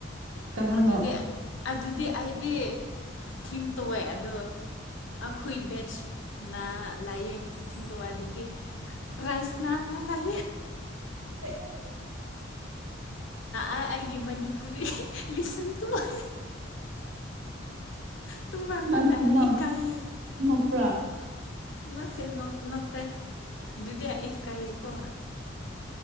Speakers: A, on the right; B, on the left.
A: ꯀꯅꯥꯅꯣ
B: ꯑꯗꯨꯗꯤ ꯑꯗꯨꯗꯤ ꯑꯩ ꯒꯤꯗꯤ ꯊꯤꯡ ꯇꯧꯋꯦ ꯑꯗꯨ ꯑꯩꯈꯣꯏ ꯕꯦꯁꯅ ꯑ ꯊꯤꯡꯗꯣꯛꯑꯦ ꯑꯗꯨꯗꯤ ꯔꯥꯏꯁ ꯅꯥ ꯂꯑ
A: <inaudible>
B: ꯑꯩꯒꯤ ꯃꯅꯤꯄꯨꯔꯤ ꯂꯤꯁꯟ ꯇꯧꯋꯦ ꯇꯨꯃ ꯃ
A: ꯃꯝ
B: ꯑ
A: ꯃꯝ
B: ꯀꯥꯏ
A: ꯅꯣꯛꯄ꯭ꯔꯥ
B: ꯅ ꯅꯠꯇꯦ ꯗꯨꯗꯤꯌꯥ ꯑꯦꯀꯏꯀ